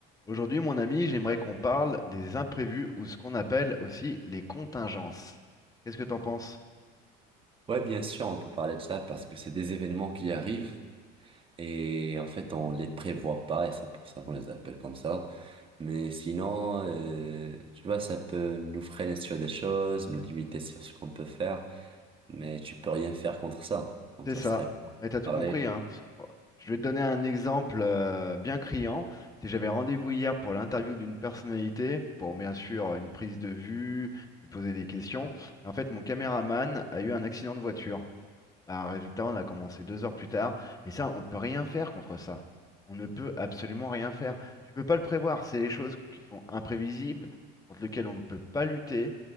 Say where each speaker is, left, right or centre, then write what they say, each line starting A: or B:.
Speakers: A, on the left (about 15°); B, on the right (about 25°).
A: Aujourd'hui, mon ami, j'aimerais qu'on parle des imprévus ou ce qu'on appelle aussi les contingences. Qu'est-ce que t'en penses?
B: Ouais, bien sûr, on peut parler de ça parce que c'est des événements qui arrivent et en fait on les prévoit pas et c'est pour ça qu'on les appelle comme ça. Mais sinon, euh, tu vois, ça peut nous freiner sur des choses, nous limiter sur ce qu'on peut faire, mais tu peux rien faire contre ça. Donc
A: C'est
B: ça
A: ça.
B: serait pas
A: Mais t'as tout
B: parler.
A: compris, hein. Bon, Je vais te donner un exemple euh, bien criant. Si j'avais rendez-vous hier pour l'interview d'une personnalité, pour bien sûr une prise de vue, lui poser des questions. Et en fait, mon caméraman a eu un accident de voiture. Bah, résultat, on a commencé deux heures plus tard, et ça, on peut rien faire contre ça. On ne peut absolument rien faire. Tu peux pas le prévoir. C'est les choses qui sont imprévisibles, contre lesquelles on ne peut pas lutter,